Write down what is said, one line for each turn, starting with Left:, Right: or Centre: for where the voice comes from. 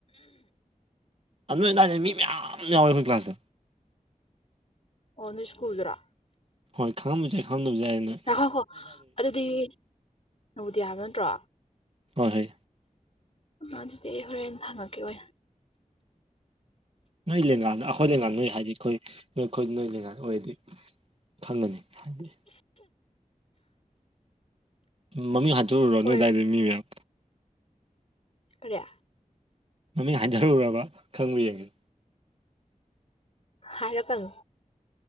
Right: ꯑꯗꯨ ꯂꯥꯛꯦ ꯃꯤ ꯃꯌꯥꯝ ꯌꯥꯎ ꯀ꯭ꯂꯥꯁꯦ
Left: ꯑꯣꯅꯤꯁ ꯀꯨꯜꯖ꯭ꯔꯥ
Right: ꯍꯣꯏ ꯈꯪꯉꯝꯁꯨ ꯌꯥꯏ ꯈꯪꯗꯕꯁꯨ ꯌꯥꯏꯩꯅꯣ
Left: ꯌꯥ ꯍꯣ ꯍꯣ ꯑꯗꯨꯗꯤ ꯅꯕꯨꯗꯤꯌꯥ ꯍꯥꯏꯕ ꯅꯠꯇ꯭ꯔꯣ
Right: ꯍꯣꯏ ꯍꯣꯏ
Left: ꯑꯗꯨꯗꯤ ꯑꯩ ꯍꯣꯔꯦꯟ ꯊꯪꯉꯛꯀꯦ ꯑꯣꯏꯅ
Right: ꯅꯣꯏ ꯂꯦꯡꯉꯥꯜꯗ ꯑꯩꯈꯣꯏ ꯂꯩꯦꯡꯉꯥꯜ ꯅꯣꯏ ꯍꯥꯏꯗꯤ ꯑꯩꯈꯣꯏ ꯅꯣꯏ ꯑꯩꯈꯣꯏ ꯅꯣꯏ ꯂꯦꯡꯉꯥꯜꯗ ꯑꯣꯏꯔꯗꯤ ꯈꯪꯒꯅꯤ ꯍꯥꯏꯕꯤ ꯃꯃꯤꯡ ꯍꯥꯠꯇꯣꯛꯂꯨꯔꯣ ꯅꯣꯏ
Left: ꯍꯣꯏ
Right: ꯑꯗꯨꯗꯥꯏꯗꯤ ꯃꯤ ꯃꯌꯥꯝ
Left: ꯀꯌꯥ
Right: ꯃꯃꯤꯡ ꯍꯥꯏꯟꯊꯔꯨꯔꯕ ꯈꯪꯕ ꯌꯦꯡꯁꯤ
Left: ꯍꯥꯏꯔꯄꯪ